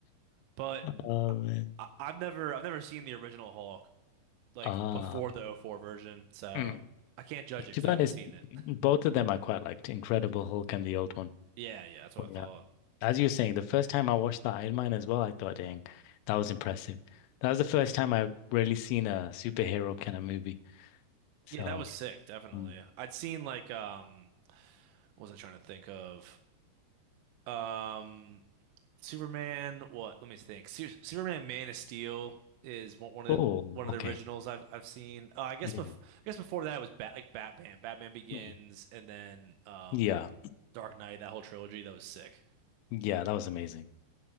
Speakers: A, on the right (about 80°); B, on the left (about 80°).
A: But
B: Oh man.
A: I, I've never I've never seen the original Hulk like
B: Ah.
A: before the O four version, so
B: Mm.
A: I can't judge it
B: To
A: because
B: be
A: I
B: honest,
A: haven't seen it.
B: both
A: <laughs>
B: of them I quite liked, Incredible Hulk and the old one.
A: Yeah, yeah, that's what
B: But
A: I thought.
B: yeah, as you were saying, the first time I watched the Iron Man as well, I thought, dang, that was impressive. That was the first time I've really seen a superhero kind of movie. So,
A: Yeah, that was sick, definitely.
B: mm.
A: I'd seen like um, what was I trying to think of? Um, Superman, what? Let me think. Su Superman Man of Steel is one, one of
B: Oh,
A: the one
B: okay.
A: of the originals I've I've seen. Uh, I guess
B: Yeah.
A: bef I guess before that it was Bat like Batman, Batman Begins,
B: Mm.
A: and then um
B: Yeah.
A: Dark Knight. That whole trilogy that was sick.
B: Yeah, that was amazing.